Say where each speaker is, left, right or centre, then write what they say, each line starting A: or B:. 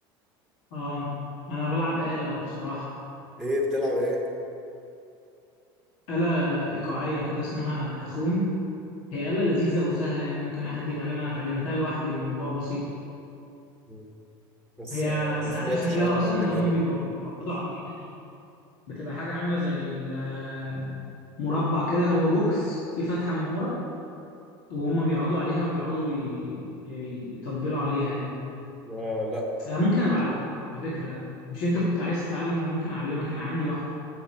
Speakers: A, on the left (about 70°); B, in the centre.
A: اه انا بلعب آلة بصراحه
B: ايه بتلعب ايه
A: آلة إيقاعية كده اسمها كاخون هي آلة لذيذة وسهلة يعني ممكن أي حد يتعلمها أنا اتعلمتها لوحدي الموضوع بسيط
B: مم. بس
A: هي
B: آه،
A: أنت
B: ما سمعتش
A: عارف شكلها
B: عنها
A: أصلا
B: قبل
A: اللي
B: كده
A: هم بيبقوا- بيقعدوا عليها دي بتبقى حاجة عاملة زي ال- مربع كده هو بوكس فيه فتحة من ورا وهم بيقعدوا عليها وبيقعدوا ي- ي- يطبلوا عليها يعني
B: اه لا
A: أنا
B: لا
A: ممكن أبقى أعلمك على فكرة مش أنت كنت عايز تتعلم أنا ممكن أعلمك أنا عندي واحدة